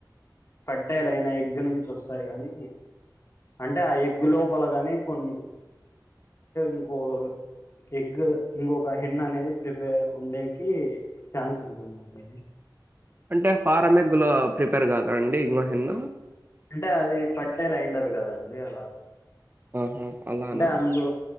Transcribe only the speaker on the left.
పట్టలైన ఎగ్గు నుంచి వస్తాయి కానీ అంటే ఆ ఎగ్గు లోపలగానే కొన్ని ఇంకో ఎగ్గ్ ఇంకొక హేన్న్ అనేది ప్రిపేర్ ఉండేకి ఛాన్స్ ఉంటుందిం బ
అంటే అది పట్టేలా అయిండదు కదండి అలా
అంటే అందు